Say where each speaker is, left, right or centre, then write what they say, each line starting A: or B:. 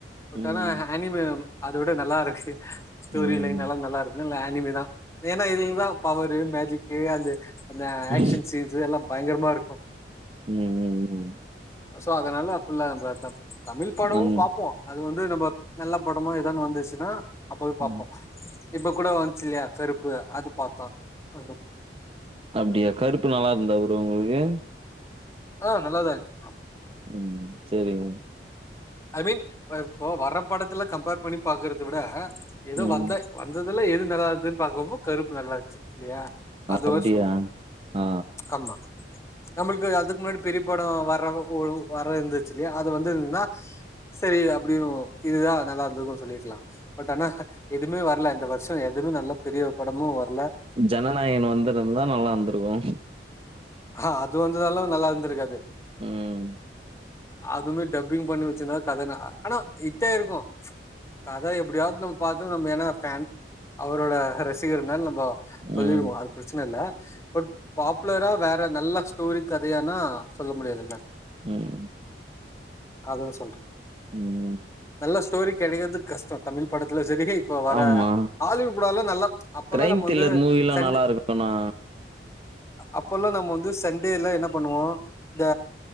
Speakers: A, on the left; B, on the right.
A: பட்
B: ம்
A: ஆனா அ அனிமே அத விட நல்லா இருக்கு ஸ்டோரி
B: ம்
A: லைன் எல்லா நல்லா இருக்குனால எல்லா ஆனிமீ தா ஏனா இதுல் தா பவரு மேஜிக்கு அது அந்த ஆக்ஷன்
B: ம்
A: சீன்ஸ் எல்லா பயங்கரமா இருக்கு
B: ம் ம் ம்
A: சோ அதனால ஃபுல்லா நம்ப அதா தமிழ் படமு
B: ம்
A: பாப்போ அது வந்து நம்ப நல்ல படமா ஏதோன்னு வந்துச்சுன்னா அப்பவே பாப்போ
B: ம்
A: இப்ப கூட வந்ச்சில்லயா கருப்பு அது பாத்தா அது
B: அப்டியா கருப்பு நல்லார்ந்தா ப்ரோ உங்களுகு
A: ஆ நல்லா தா இர்ந்ச்சு
B: ம் சேரிங் ப்ரோ
A: ஐ மீன் ப இப்போ வர படத்துல கம்ப்பேர் பண்ணி பாக்கற்து விட எதோ
B: ம்
A: வந்த வந்ததுல எது நல்லார்க்துன் பாக்கும்போ கருப்பு நல்லார்ந்ச்சு இல்லயா அதுவார்
B: அப்டியா
A: சொல்றே
B: ஆ
A: ஆமா நம்ளுக்கு அதுக் முன்னாடி பெரியப்படோ வர ஓ ஒளுவு வர இர்ந்துச்சில்லயா அது வந்து இர்ந்தா செரி அப்டியு இதுதா நல்லா இர்ந்திருக்குன் சொல்லீர்க்கலா பட் ஆனா எதுமே வர்ல இந்த வர்ஷோ எதுமே நல்ல பெரிய படமு வர்ல
B: ஜனநாயகன் வந்து இருந்தா நல்லா இந்திருக்கும்
A: ஆ அது வந்ததாலும் நல்லா இருந்திருக்காது
B: ம்
A: அதுமே டப்பிங் பண்ணி வச்சிருந்த கததான் ஆனா இட் ஆயிருக்கும் கத எப்டியாவது நம்ப பார்த்தும் நம்ம ஏன்னா ஃபன் அவரோட ரசிகர்னால நம்ம வோம் சொல்லிருவோம்
B: ம்
A: அது பிரச்சன இல்ல பட் பாப்புலரா வேற ம் நல்ல ஸ்டோரி கதையானா சொல்ல முடியாதுல்ல
B: ம்
A: அதுன்னு சொல்றன்
B: ம்
A: நல்ல ஸ்டோரி கிடைக்கது கஸ்டம் தமிழ் படத்துல சரி இப்ப வர
B: ஆமா
A: ஆலிவுட் படல்லாம் நல்லா அப்போல்லாம்
B: கிரைம்
A: நம்ப
B: த்ரில்லர்
A: வந்து
B: மூவிலா
A: செண்டு
B: நல்லா இருக்குண்ணா
A: அப்போல்லாம் நம்ம வந்து சண்டேல என்ன பண்ணுவோம் இந்த